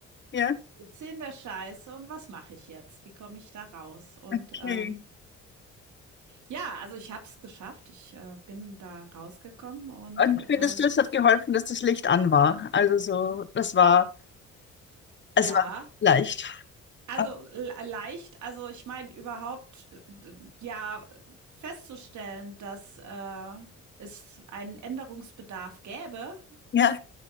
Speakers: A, on the left; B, on the right.
A: ja,
B: ich sitze in der Scheiße und was mache ich jetzt? Wie komme ich da raus? Und
A: okay.
B: ähm, ja, also ich habe es geschafft, ich äh, bin da rausgekommen und
A: Und
B: äh,
A: findest du, es hat geholfen, dass das Licht an war? Also so, das war, es
B: ja,
A: war leicht.
B: Also,
A: Ah,
B: l leicht also, ich meine überhaupt, äh, d ja, festzustellen, dass, äh, es einen Änderungsbedarf gäbe,
A: Ja,